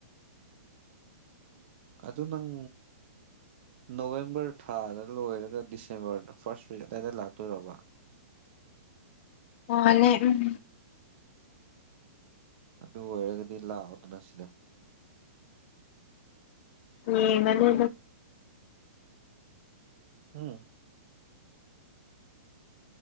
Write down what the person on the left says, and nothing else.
ꯃꯥꯟꯅꯦ ꯎꯨꯝ
ꯑꯦ ꯃꯅꯦ